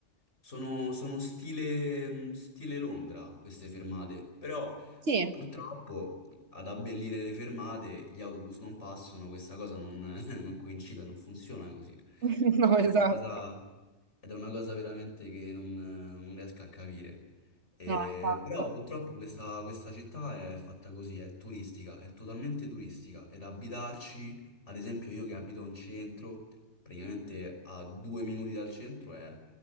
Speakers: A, on the left (about 85°); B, on the right (about 75°).
A: sono, sono stile, stile Londra queste fermate, però
B: sì.
A: purtroppo ad abbellire le fermate gli autobus non passano, questa cosa non, <laughs> non coincide, non funziona così. Ed
B: <laughs> No, esatto.
A: è una cosa ed è una cosa veramente che non, non riesco a capire. Eh,
B: No, esatto.
A: però purtroppo questa, questa città è fatta così, è turistica, è totalmente turistica. Ed abitarci, ad esempio io che abito in centro, praticamente a due minuti dal centro è,